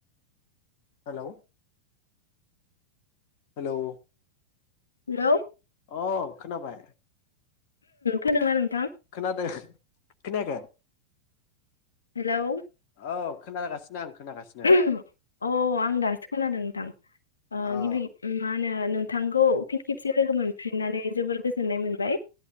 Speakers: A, on the left (about 45°); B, on the left (about 70°).
A: हेलौ हेलौ
B: हेलौ
A: अ खोनाबाय
B: खोनोंना नोंथां?
A: खोना दो खोनायाखै?
B: हेलौ
A: औ खोना गासिनो आं खोनागासिनो
B: अ आं दासो खोनादों नोंथां ओ
A: अ
B: गिबि मा होनो नों थांगौ फिन खे से लोगो मोनफिननानै जोबोर गोजो गोजोननाय मोनबाय